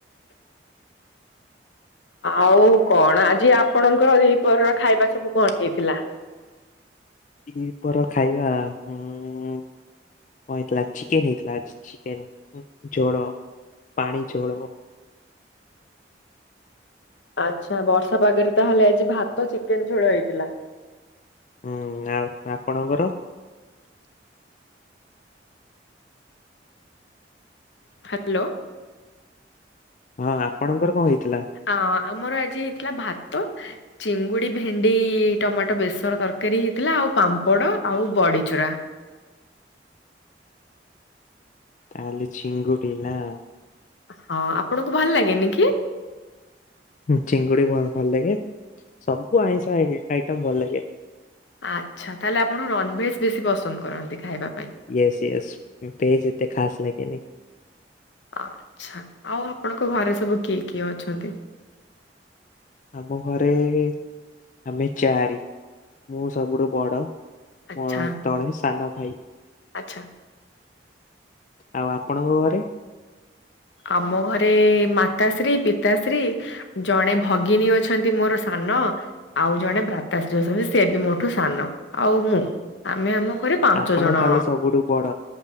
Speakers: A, on the left (about 80°); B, on the left (about 45°).
A: ଆଉ କଣ ଆଜି ଆପଣଙ୍କର ଦିଇପହର ଖାଇବା ସବୁ କଣ ହେଇଥିଲା?
B: କିପର ଖାଇବା, ଉମ କଣ ହେଇଥିଲା ଚିକେନ ହେଇଥିଲା ଚିକେନ ଝୋଳ ପାଣିଝୋଳ।
A: ଆଚ୍ଛା ବର୍ଷା ପାଗରେ ତାହଲେ ଆଜି ଭାତ ଚିକେନ ଝୋଳ ହେଇଥିଲା?
B: ହୁଁ ଆଉ ଆପଣଙ୍କର?
A: ହ୍ୟାଲୋ
B: ହଁ ଆପଣଙ୍କର କଣ ହେଇଥିଲା?
A: ଅ ଆମର ଆଜି ହେଇଥିଲା ଭାତ ଚିଙ୍ଗୁଡି ଭେଣ୍ଡି ଟମାଟୋ ବେସର ତରକାରୀ ହେଇଥିଲା ଆଉ ପାମ୍ପଡ ଆଉ ବଡିଚୁରା।
B: ତାହେଲେ ଚିଙ୍ଗୁଡି ନା?
A: ହଁ ଆପଣଙ୍କୁ ଭଲ ଲାଗେନି କି?
B: ହୁ ଚିଙ୍ଗୁଡି ଭ ଭଲ ଲାଗେ ସବୁ ଆଇଁଷ ଆଇ ଆଇଟମ ଭଲ ଲାଗେ।
A: ଆଚ୍ଛା ତାହେଲେ ଆପଣ ନନଭେଜ୍ ବେଶୀ ପସନ୍ଦ କରନ୍ତି ଖାଇବା ପାଇଁ?
B: ୟସ ୟସ ଭେଜ ଏତେ ଖାସ ଲାଗେନି।
A: ଆଛା ଆଉ ଆପଣଙ୍କ ଘରେ ସବୁ କିଏ କିଏ ଅଛନ୍ତି?
B: ଆମ ଘରେ ଆମେ ଚାରି ମୁଁ ସବୁଠୁ ବଡ
A: ଆଚ୍ଛା
B: ମୋର ତଳେ ସାନ ଭାଇ।
A: ଆଚ୍ଛା।
B: ଆଉ ଆପଣଙ୍କ ଘରେ?
A: ଆମ ଘରେ ମାତାଶ୍ରୀ ପିତାଶ୍ରୀ ଜଣେ ଭଗିନୀ ଅଛନ୍ତି ମୋର ସାନ ଆଉ ଜଣେ ଭ୍ରାତାଶ୍ରୀ ଅଛନ୍ତି ସେ ବି ମୋଠୁ ସାନ ଆଉ ମୁଁ ଆମେ ଆମ ଘରେ ପାଞ୍ଚ
B: ଆପଣ
A: ଜଣ
B: ତାହେଲେ ସବୁଠୁ ବଡ